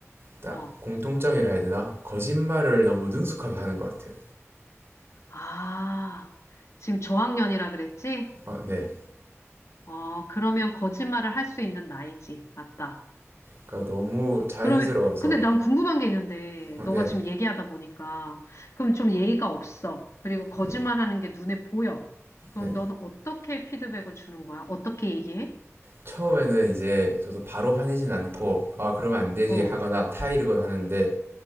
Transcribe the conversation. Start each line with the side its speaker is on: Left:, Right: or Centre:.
Right: 딱
Left: 어,
Right: 공통점이라 해야 되나? 거짓말을 너무 능숙하게 하는 것 같아요.
Left: 아, 지금 저학년이라 그랬지?
Right: 어, 네.
Left: 어, 그러면 거짓말을 할 수 있는 나이지. 맞다.
Right: 그러니까 너무 자연스러워서
Left: 그러면, 근데 난 궁금한 게 있는데,
Right: 어,
Left: 너가
Right: 네.
Left: 지금 얘기하다 보니까, 그럼 좀 예의가 없어. 그리고 거짓말하는
Right: 네.
Left: 게 눈에 보여. 그럼
Right: 네.
Left: 너는 어떻게 피드백을 주는 거야? 어떻게 얘기해?
Right: 처음에는 이제 저도 바로 화내진 않고 아 그러면 안 되지
Left: 어,
Right: 하거나 타이르거나 하는데